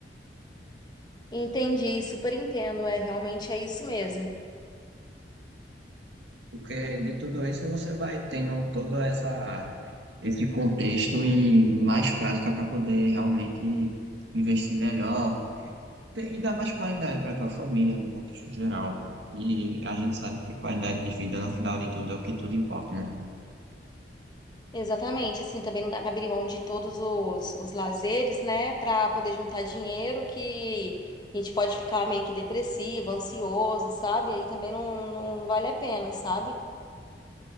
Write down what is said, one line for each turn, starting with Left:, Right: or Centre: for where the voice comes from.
Left: Entendi, super entendo. É, realmente é isso mesmo.
Right: Porque de tudo isso você vai tendo todo essa, esse contexto e mais prática para poder realmente investir melhor e, ter- e dar mais qualidade para tua família no contexto geral. E a gente sabe que qualidade de vida, no final de tudo, é o que tudo importa, né?
Left: Exatamente, assim, também não dá pra abrir mão de todos os, os lazeres, né, Pra poder juntar dinheiro que a gente pode ficar meio que depressivo, ansioso, sabe? Aí também não, não vale a pena, sabe?